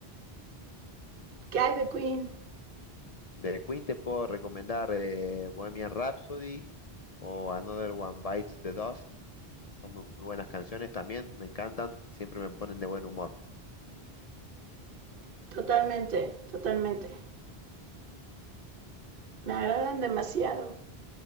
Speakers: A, on the right; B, on the left.
A: ¿Qué hay de Queen?
B: de Queen te puedo recomendar eh, Bohemian Rhapsody o Another One Bites the Dust. Son muy buenas canciones también, me encantan, siempre me ponen de buen humor.
A: Totalmente, totalmente. Me agradan demasiado.